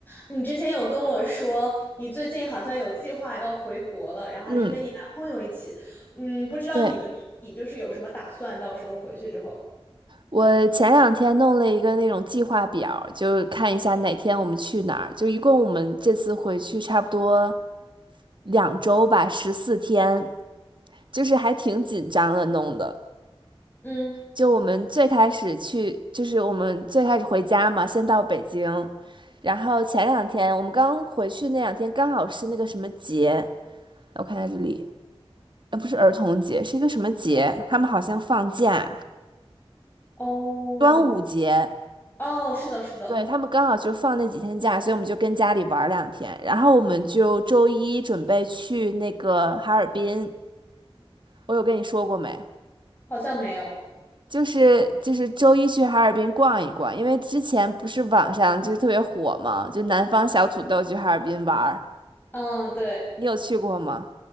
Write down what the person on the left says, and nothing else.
你之前有跟我说，你最近好像有计划要回国了，然后还是跟你男朋友一起。
嗯，不知道你们具体就是有什么打算，
到时候回去之后。
嗯，
哦，
哦，是的，是的，
好像没有。
嗯，对，